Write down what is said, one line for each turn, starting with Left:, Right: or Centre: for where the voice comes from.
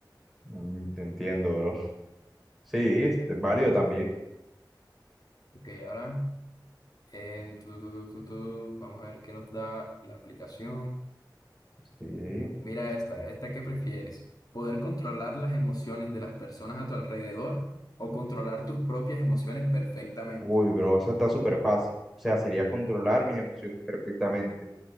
Centre: Mm, Te entiendo, bro. <laughs> Sí, es es válido también.
Left: Ok, ahora, em, tu, tu, tu, tu, tu, vamos a ver qué nos da la aplicación.
Centre: Sí.
Left: Mira esta, esta que prefieres. ¿Poder controlar las emociones de las personas a tu alrededor o controlar tus propias emociones perfectamente?
Centre: Uy, bro, eso está súper fácil. O sea, sería controlar mis emociones perfectamente.